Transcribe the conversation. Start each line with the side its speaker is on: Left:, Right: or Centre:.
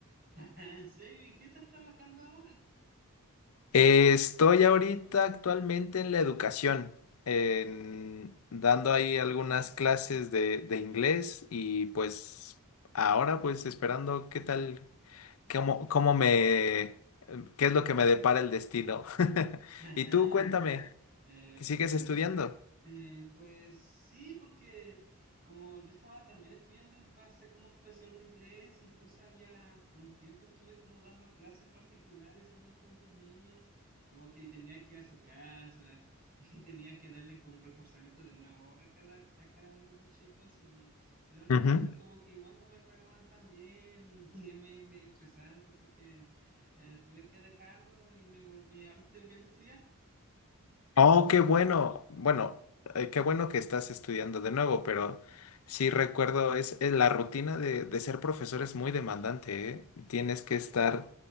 Right: <laughs> ¿En serio? ¿En qué estás trabajando ahora?
Left: Eh, estoy ahorita actualmente en la educación, en- dando ahí algunas clases de, de inglés y pues ahora pues esperando qué tal, cómo, cómo me, qué es lo que me depara el destino. <laughs>
Right: <laughs> Ajá.
Left: Y tú, cuéntame.
Right: Eh,
Left: ¿Que sigues
Right: pues
Left: estudiando?
Right: Eh, pues sí, porque como yo estaba también estudiando y pasé como profesor de inglés, incluso había, por un tiempo estuve como dando clases particulares a unos cuantos niños, como que tenía que ir a su casa <laughs> y tenía que darle como un reforzamiento de una hora a cada, a cada uno de esos chicos, y, pero no,
Left: Ujú.
Right: como que igual no me pagaban tan bien y, <laughs> es medio, medio estresante, así que eh, tuve que dejarlo y me volví, ahora estoy volviendo a estudiar.
Left: Oh, qué bueno. Bueno, eh, qué bueno que estás estudiando de nuevo, pero sí recuerdo, es, es la rutina de, de ser profesor es muy demandante, ¿eh? Tienes que estar